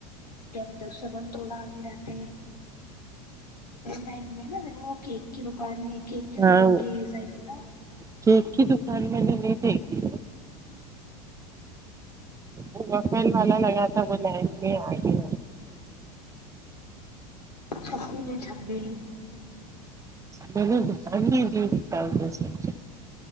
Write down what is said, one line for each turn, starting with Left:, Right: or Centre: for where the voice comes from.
Left: کیا مطلب سبند تھوڑا آگے رہتے ہیں لائن میں نا دیکھو وہ کیک کی دکان ہے کیک کی
Right: ہاں
Left: دکان کے یہ سائڈ ہے نا
Right: کیک کی دکان میں نے نہیں دیکھی وہ وافل والا لگا تھا وہ لائن میں آگے
Left: چھبی ل چھبی
Right: بہ باری دیی چالتے تھ <unintelligible>